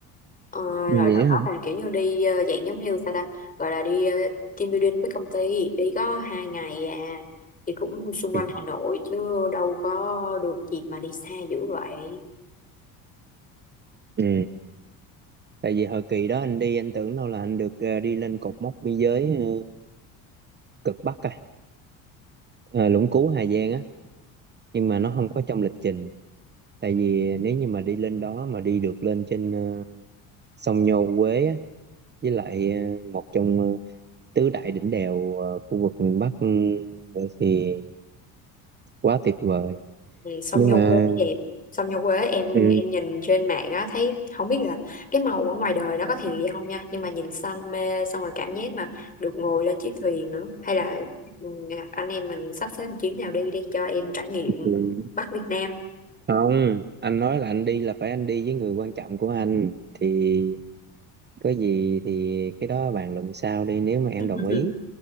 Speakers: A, on the left; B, on the right.
A: Ờ,
B: vậy
A: rồi đợt
B: á
A: đó
B: hả
A: là kiểu như đi ờ, dạng giống như sao ta gọi là đi ờ, team building với công ty đi có hai ngày à thì cũng xung
B: ừ.
A: quanh Hà Nội chứ đâu có được dịp mà đi xa dữ vậy.
B: ừ. tại vì hồi kỳ đó anh đi anh tưởng đâu là anh được ờ, đi lên cột mốc biên giới ờ, cực Bắc à, à Lũng Cú Hà Giang á nhưng mà nó không có trong lịch trình tại vì nếu như mà đi lên đó mà đi được lên trên ờ, sông Nho Quế á, với lại ờ, một trong ờ, tứ đại đỉnh đèo ờ, khu vực miền Bắc ừ, nữa thì quá tuyệt vời
A: song
B: nhưng
A: nhung
B: mà
A: quế đẹp song nhung quế em
B: ừ,
A: em nhìn trên mạng á thấy không biết là cái màu ở ngoài đời nó có thiệt hay không nha nhưng mà nhìn xanh mê xong rồi cảm giác mà được ngồi lên chiếc thuyền nữa hay là ừ, anh em mình sắp xếp một chuyến nào đi đi cho em trải nghiệm
B: ừ,
A: Bắc Việt Nam
B: không anh nói là anh đi là phải anh đi với người quan trọng của anh thì có gì thì cái đó bàn luận sau đi nếu mà em
A: <laughs>
B: đồng ý